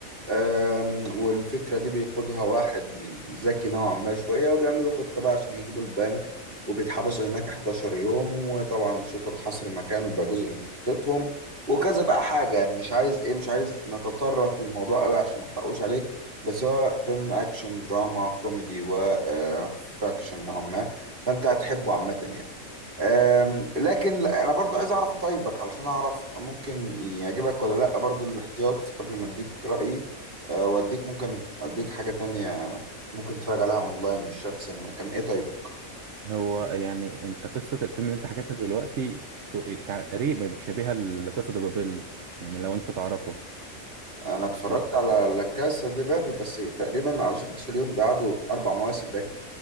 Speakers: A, on the right (about 40°); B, on the right (about 60°).
A: آم، والفكرة دي بيقودها واحد من ذكي نوعا ما شوية وبيعملوا خطة بقى عشان يجيبوا البنك وبيتحبسوا هناك 11 يوم وطبعا الشرطة بتحاصر مكانه وبقى جزء من خطتهم وكذا بقى حاجة يعني مش عايز ايه مش عايز نتطرق للموضوع قوي عشان ما احرقوش عليك بس هو فيلم اكشن دراما كوميدي و آه، فاكشن نوعا ما فانت هتحبه عامة يعني أم، لكن لا- انا برضو عايز اعرف طيبك علشان اعرف ممكن يعجبك ولا لا برضو الاحتياط قبل ما اديك رأيي أه، واديك ممكن اديك حاجة تانية ممكن تتفرج عليها اونلاين مش شرط سينما كان ايه طيبك
B: هو يعني انت قصه الفيلم اللي انت حكيتها دلوقتي ت- تقريبا شبيهه لقصه بابل يعني لو انت تعرفه
A: انا اتفرجت
B: الف-
A: على لا كاسا دي بابل بس تقريبا ما قعدوش 11 يوم ده قعدوا اربع مواسم باين